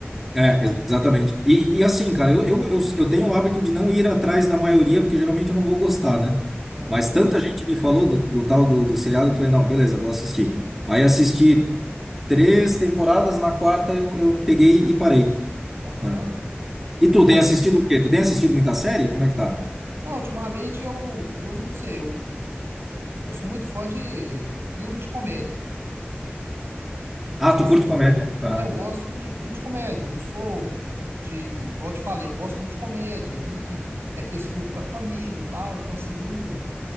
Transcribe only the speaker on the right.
Aham,
aham.
Cara,
não, ultimamente eu, eu não me sei, eu, eu sou muito fã de filme de comédia. É,
tipo
assim,
é, eu gosto de filme de comédia, eu não sou de, igual eu te falei, eu gosto muito de comédia, ri, é aquele filme pra família e tal, então assim, não,